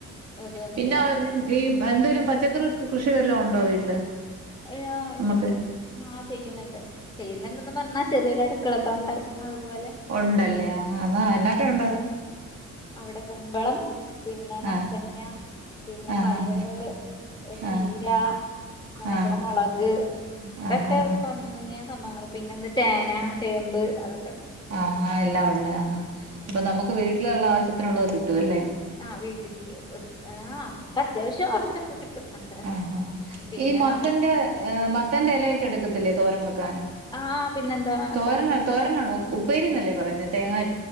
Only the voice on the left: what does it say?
അത്
നിക്കാറി
ആഹ് ഇണ്ട്ണ്ട്
ആഹ ചെയ്യുന്നുണ്ട് ചെയ്യുന്നുണ്ടന്ന് പറഞ്ഞാ ചെറിയൊരു അടുക്കളത്തോട്ടം അതുപോലെ
അവിടെ കുമ്പളം പിന്നെ മത്തങ്ങ
പിന്നെ
പയറ്
ചീര
അങ്ങനത്തെക്കെ
മുളക് അതൊക്കെ
കൊ
കുമ്പളങ്ങ സംഭവങ്ങൾ പിന്നെ എന്താ ചേന ചേമ്പ് അതൊക്കെണ്ട്
അതൊ
ആ വീട്ടിലേക്ക് ആഹ് അപ്പൊ അത്യാവശ്യം കുറച്ചൊക്കെ കിട്ടും അത്ര
പിന്നെ
നമ്മക്ക്
ആഹ് പിന്നെന്താ
എടുക്കും